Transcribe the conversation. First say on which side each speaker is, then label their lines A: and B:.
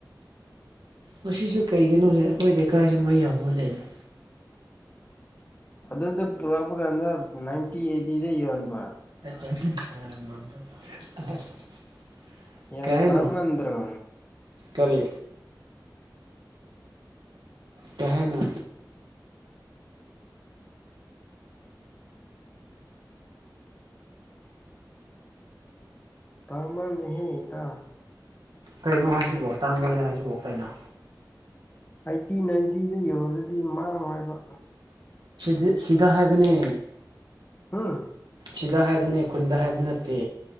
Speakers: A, on the right (about 85°); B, on the left (about 25°).
A: ꯃꯁꯤꯁꯨ ꯀꯩꯒꯤꯅꯣꯦ ꯑꯩꯈꯣꯏ ꯂꯩꯀꯥꯏꯁꯤ ꯃꯩ ꯌꯥꯝ ꯃꯨꯜꯂꯦꯅꯦ
B: ꯑꯗꯨꯗ ꯄꯨꯔꯛꯄ ꯀꯥꯟꯗ ꯅꯥꯏꯟꯇꯤ ꯑꯩꯠꯇꯤꯗ ꯌꯣꯟꯕ
A: <inaudible>
B: ꯌꯥꯝ
A: ꯀꯩ ꯍꯥꯏꯅꯣ
B: ꯇ ꯃꯗ꯭ꯔ
A: ꯀꯔꯤ ꯇꯅ
B: ꯇꯥꯡꯃ ꯅꯍꯦꯗ
A: ꯀꯩꯅꯣ ꯍꯥꯏꯁꯤꯕꯣ ꯇꯥꯡꯒꯣꯂꯦ ꯍꯥꯏꯁꯤꯕ ꯀꯩꯅꯣ
B: ꯑꯩꯠꯇꯤ ꯅꯥꯏꯟꯇꯤꯗ ꯌꯣꯔꯗꯤ ꯃꯥꯡꯉꯣꯏꯕ
A: ꯗ ꯁꯤꯗ ꯍꯥꯏꯕꯅꯦ
B: ꯍꯥꯥ
A: ꯁꯤꯗ ꯍꯥꯏꯕꯅꯦ ꯈꯨꯟꯗ ꯍꯥꯏꯕ ꯅꯠꯇꯦ